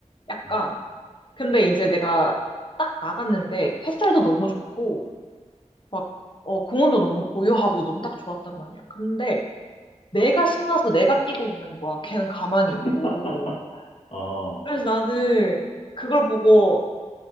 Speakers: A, on the left; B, on the left.
A: 약간
B: 음.
A: 근데 이제 내가 딱 나갔는데 햇살도 너무 좋고 막, 어, 공원도 너무 고요하고 너무 딱 좋았단 말이야. 근데 내가 신나서 내가 뛰고 있는 거야. 걔는 가만히 있고.
B: <laughs> 어,
A: 그래서 나는 그걸 보고,